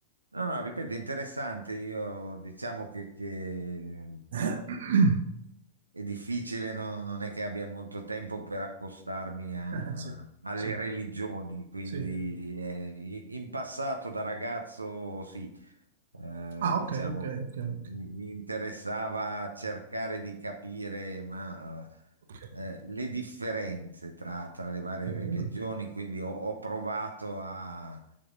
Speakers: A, on the right; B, on the right.
A: No, no, ripeto, interessante. Io diciamo che, che
B: <coughs>
A: è difficile, no- non è che abbia molto tempo per accostarmi a-
B: Eh, Sì,
A: alle
B: sì,
A: religioni, quindi
B: sì.
A: eh, in passato da ragazzo sì, eh,
B: Ah,
A: diciamo,
B: ok, ok, ok,
A: mi,
B: ok,
A: mi interessava cercare di capire, ma,
B: ok.
A: eh, eh, le differenze tra, tra le varie
B: ok.
A: religioni, quindi ho, ho provato a, a-